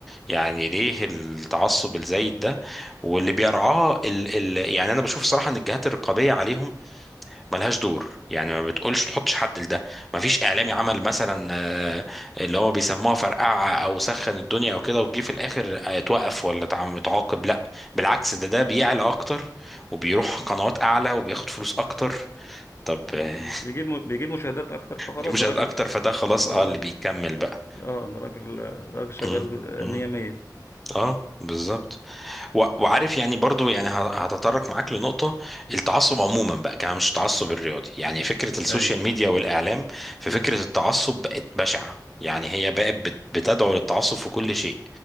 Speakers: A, in the centre; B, on the left.
A: يعني ليه التعصب الزايد ده واللي بيرعاه ال... ال... يعني انا بشوف صراحة ان الجهات الرقابية عليهم ملهاش دور يعني ما بتقولش تحطش حد لده ما فيش اعلامي عمل مثلا آه، اللي هو بيسموها فرقعة او سخن الدنيا او كده وجي في الاخر آه، اتوقف ولا اتعم- اتعاقب لا بالعكس ده ده بيعلى اكتر وبيروح قنوات اعلى وبياخد فلوس اكتر طب <laughs> آه،
B: مم. بيجيب م... بيجيب مشاهدات اكتر فخلاص
A: دي مشاهدات
B: ده راجل
A: اكتر فده خلاص
B: ده
A: اه
B: راجل
A: اللي بيكمل بقى
B: اه ده راجل آه، ده راجل شغال
A: مم.
B: آه، مية مية
A: اه بالظبط و- وعارف يعني برضو يعني ه- هتطرق معاك لنقطة
B: امم
A: التعصب عموما بقى كمان مش التعصب الرياضي يعني فكرة السوشيال
B: اي
A: ميديا والإعلام في
B: امم
A: فكرة التعصب بقت بشعة يعني هي بقت بت- بتدعو للتعصب في كل شيء